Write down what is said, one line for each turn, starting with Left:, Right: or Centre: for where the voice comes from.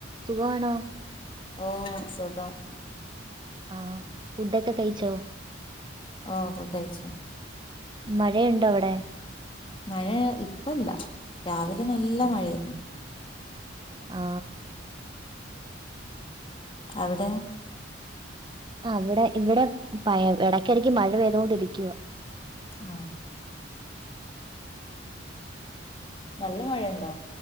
Right: സുഖാണോ
Left: ഓ സുഖം
Right: ആ ഫുഡൊക്കെ കഴിച്ചോ
Left: ഓ ഫുഡ്കഴിച്ചു
Right: മഴയുണ്ടോ അവിടെ
Left: മഴ ഇപ്പ ഇല്ല രാവിലെ നല്ല
Right: ആ
Left: മഴായിരുന്നു
Right: ആ
Left: അവിടെ
Right: അവിടെ ഇവിടെ പഴ ഇടക്കിടക്ക് മഴ പെയ്തുകൊണ്ടിരിക്കുവ
Left: ആ നല്ല മഴയുണ്ടോ